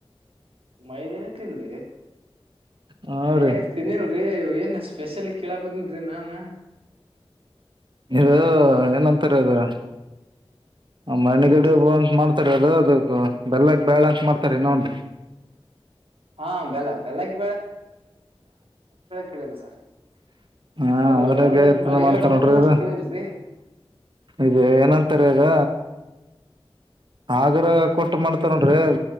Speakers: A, on the right; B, on the right.
A: ಮೈದನ ತಿನ್ವಿ
B: ಹಾ
A: ಯ
B: ರೀ
A: ತಿನ್ನಿ ಏನ್ ಸ್ಪೆಷಲ್ ಕೇಳಕಂದನ್ಿ ನಾನ್
B: ಇದು ಏನಂತಾರ ಅದು ಮಣ್ಣಗಡೆ
A: ಏನ್ರಿ
B: ಅಂತ ಮಾಡ್ತಾರೆ ಅದು ಅದ ಬೆಲ್ಲಕ್ ಬ್ಯಾಳ ಅಂತ ಮಾಡ್ತಾರೆ ಇನಾ ವಂದು
A: ಹಾ ಬೆಲ್ಲ ಬೆಲ್ಲಕ್ ಹೇಳಲ್ಲ ಸರ್ <unintelligible>
B: ಹಾ
A: ಹೌದ ಇದ
B: ಅದ್ರಗ
A: ಯಾವ್ದ
B: ಇರ್ತದ
A: ಮಳಿಗಡವ
B: ಮಾಡ್ತಾರಡ್ರಿದು
A: ಅನ್ನೋದ್ ಕೇಳಿಲ್ರಿ
B: ಇ ಏನಂತಾರೆ ಅದ ಆಗ್ರ ಕೊಟ್ಟ ಮಾಡ್ತ ನೋಡ್ರಿ